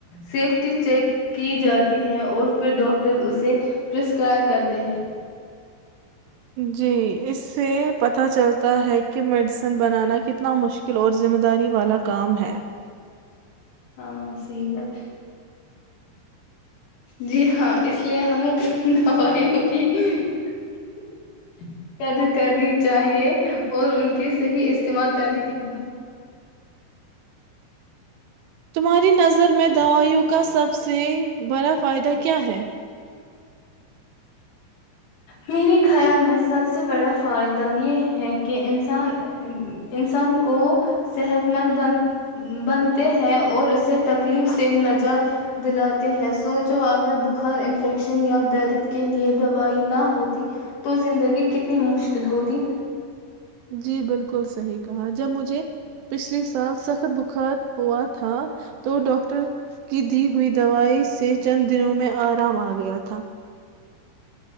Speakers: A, on the left; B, on the right.
A: سیفٹی چیک کی جاتی ہے اور پھر ڈاکٹرز اسے پرسکرائب کرتے ہیں
B: جی اس سے پتا چلتا ہے کہ مڈ <unintelligible> بنانا کتنا مشکل اور ذمہ داری والا کام ہے <unintelligible>
A: ہاں صحی بات جی ہاں اس لیے ہمیں دوائیوں کی <unintelligible> قدر کرنی چاہیے اور ان کی صحیح استعمال کرنی چاہے
B: تمہاری نظر میں دوائیوں کو کا سب سے بڑا فائدہ کیا <unintelligible> کیا ہے
A: میرے خیال میں سب سے بڑا فائدہ یہ ہے کہ انسان انسان کو صحت مند بن بنتے ہے اور اسے تکلیف سے نجات دلاتے ہیں سوچو اگر بخار انفیکشن یا درد کے لیے دوائی نہ ہوتی تو زندگی کتنی مشکل ہوتی
B: جی بالکل صحی کہا جب مجھے پچھلی سال سخت بخار ہوا تھا تو ڈاکٹر کی دی ہوئی دوائی سے چند دنوں میں آرام آ گیا تھا